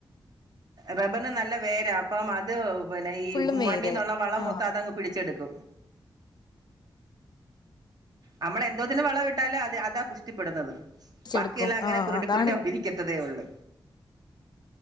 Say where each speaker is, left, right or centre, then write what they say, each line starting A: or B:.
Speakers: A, on the right (about 50°); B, on the left (about 55°).
A: റബ്ബറിന് നല്ല വേരാ അപ്പം അത് പിന്നെ ഈ
B: ഫുള്ളും വേര്
A: മണ്ണീന്നുള്ള വളം
B: ആ
A: മൊത്തം അതങ്ങ് പിടിച്ചെടുക്കും നമ്മള് എന്തോതിന് വള ഇട്ടാലും അത് അതാ പുഷ്ടിപ്പെടുന്നത്
B: പിടിച്ചെടുക്കും
A: പാക്കിയെല്ലാം അങ്ങനെ
B: ആ
A: കുരുട്ടി
B: അതാണ്
A: കുരുട്ടി ഒടരിക്കത്തതേ ഉള്ളൂ